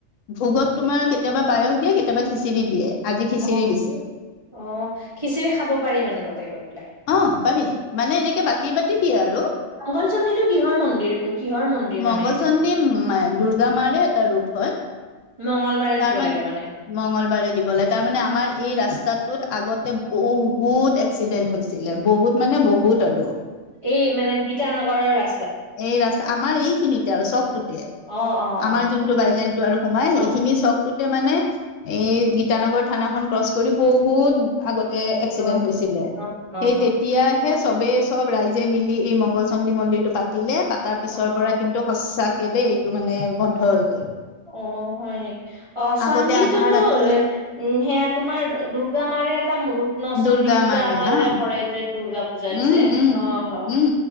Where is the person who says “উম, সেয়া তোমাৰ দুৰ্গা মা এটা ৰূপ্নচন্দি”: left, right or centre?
Right